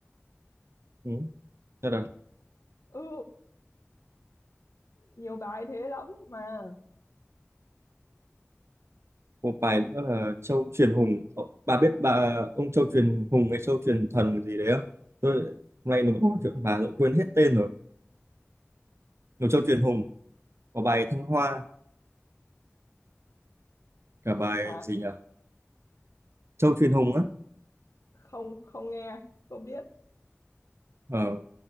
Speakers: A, on the right (about 60°); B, on the left (about 70°).
A: ừ. Thế là
B: ừ nhiều bài thế lắm mà
A: một bài nữa là Châu Truyền Hùng Ờ, bà biết bà ông Châu Truyền Hùng hay Châu Truyền Thần gì đấy không tôi hôm nay nó có một chuyện bà rồi quên hết tên rồi Một Châu Truyền Hùng có bài Thanh Hoa cả bài
B: hả
A: gì nhỉ Châu Truyền Hùng á
B: không không nghe không biết
A: Ờ,